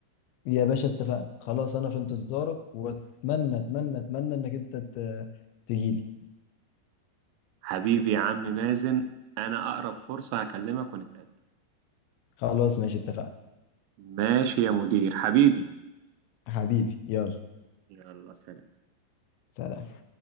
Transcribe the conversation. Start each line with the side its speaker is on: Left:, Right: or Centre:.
Left: يا باشا اتفقنا خلاص انا في انتظارك واتمنى اتمنى اتمنى انك انت ت- تجيلي
Right: حبيبي يا عم مازن انا اقرب فرصه هكلمك ونتقابل
Left: خلاص ماشي اتفقنا
Right: ماشي يا مدير حبيبي
Left: حبيبي يلا
Right: يلا سلام
Left: سلام